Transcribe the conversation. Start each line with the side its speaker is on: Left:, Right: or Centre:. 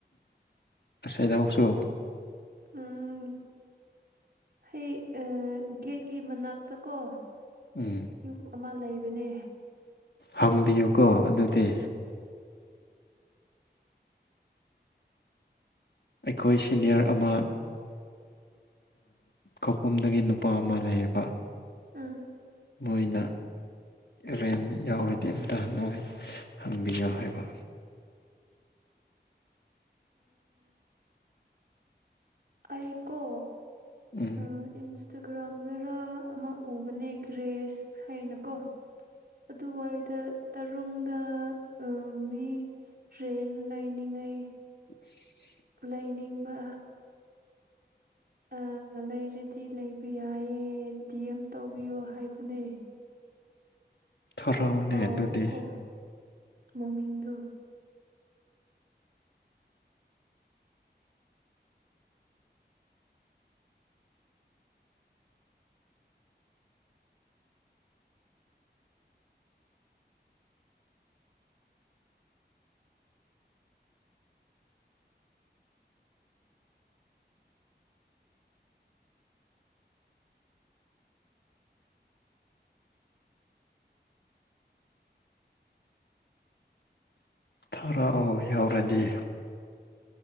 Left: ꯉꯁꯥꯏꯗꯧꯁꯨ
Right: ꯎꯝ ꯍꯩ ꯑ ꯒꯦꯠꯀꯤ ꯃꯅꯥꯛꯇ ꯀꯣ
Left: ꯎꯝ
Right: ꯌꯨꯝ ꯑꯃ ꯂꯩꯕꯅꯦ
Left: ꯍꯪꯕꯤꯌꯨꯀꯣ ꯑꯗꯨꯗꯤ ꯑꯩꯈꯣꯏ ꯁꯤꯅꯤꯌꯔ ꯑꯃ ꯀꯥꯎꯄꯨꯝꯗꯒꯤ ꯅꯨꯄꯥ ꯑꯃ ꯂꯩꯌꯦꯕ
Right: ꯎꯪ
Left: ꯃꯣꯏꯅ ꯔꯦꯟ ꯌꯥꯎꯔꯗꯤ ꯑꯝꯇ ꯅꯣꯏ ꯍꯪꯕꯤꯌꯨ ꯍꯥꯏꯕ
Right: ꯑꯩꯀꯣ
Left: ꯎꯝ
Right: ꯑ ꯏꯟꯁ ꯇꯒ꯭ꯔꯥꯝꯗꯔ ꯑꯃ ꯎꯕꯅꯦ ꯒ꯭ꯔꯦꯁ ꯍꯥꯏꯅꯀꯣ ꯑꯗꯨꯋꯥꯏꯗ ꯇꯔꯨꯡꯗ ꯑꯥ ꯃꯤ ꯐ꯭ꯔꯦꯟ ꯂꯩꯅꯤꯡꯉꯩ
Left: <inaudible>
Right: ꯂꯩꯅꯤꯡꯕ ꯑ ꯂꯩꯔꯗꯤ ꯂꯩꯕ ꯌꯥꯏꯌꯦ ꯗꯤ ꯑꯦꯝ ꯇꯧꯕꯤꯌꯣ ꯍꯥꯏꯕꯅꯦ
Left: ꯊꯥꯔꯛꯑꯣꯅꯦ
Right: ꯑꯩꯥ ꯀꯥꯎꯕꯀꯣ
Left: ꯑꯗꯨꯗꯤ
Right: ꯃꯃꯤꯡꯗ
Left: ꯊꯥꯔꯛ ꯑꯣ ꯌꯥꯎꯔꯗꯤ